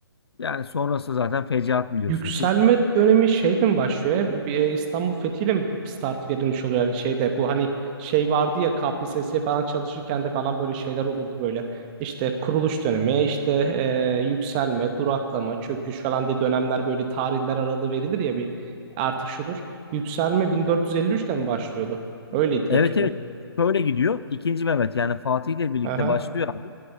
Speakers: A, on the left; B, on the right.
A: Yani sonrası zaten fecaat biliyorsun
B: Yükselme
A: ki.
B: dönemi şeyden başlıyor. ya, bir, e, İstanbul fethiyle mi start verilmiş oluyor? Yani şeyde bu hani şey vardı ya KPSS'ye falan çalışırken de falan böyle şeyler olurdu böyle. İşte kuruluş dönemi, işte e, yükselme, duraklama, çöküş falan diye dönemler böyle tarihler aralığı verilir ya bir artık şudur. Yükselme 1453'te mi başlıyordu? Öyleydi diye
A: Evet
B: hatırlıyorum.
A: evet şöyle gidiyor. ikinci Mehmet yani Fatih ile birlikte
B: Aha.
A: başlıyor abi.